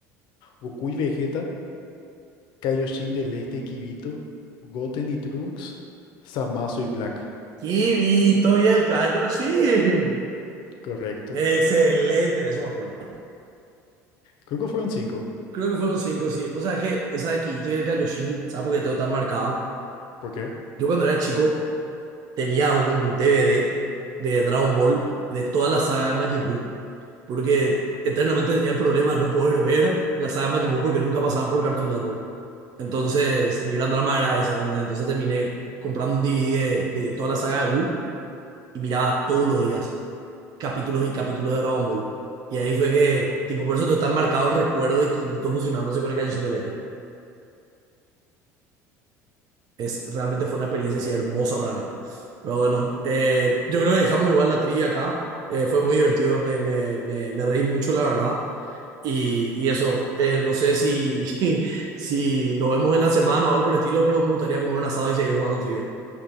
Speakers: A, on the left; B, on the right.
A: ¿Goku y Vegeta? Kaioshin del Este y Kibito, Goten y Trunks, Zamasu y Black.
B: Kibito y el Kaioshin.
A: Correcto.
B: Excelente, de eso me acuerdo.
A: Creo que fueron cinco.
B: Creo que fueron cinco, sí. Vos sabés que esa de quito y el Kaioshin, ¿sabes por qué tengo tan marcada?
A: ¿Por qué?
B: Yo cuando era chico tenía un DVD de Dragon Ball de toda la saga de Majin Buu, porque eternamente tenía el problema de no poder ver la saga de Majin Buu porque nunca pasaban por Cartoon Network. Entonces, mi gran drama era ese, ¿entendés? Entonces terminé comprando un DVD de, de toda la saga de Buu y miraba todos los días capítulos y capítulos de Dragon Ball. Y ahí fue que, tipo, por eso tengo tan marcado el recuerdo de Kirito fusionándose con el Kaioshin del Este. es, realmente fue una experiencia así hermosa para mí. Pero bueno, eh, yo creo que dejamos igual la trivia acá. Eh, fue muy divertido, me, me, me, me reí mucho, la verdad. Y, y eso, eh, no sé si, <laughs> si nos vemos en la semana o algo por el estilo, pero me gustaría comer un asado y seguir jugando trivia.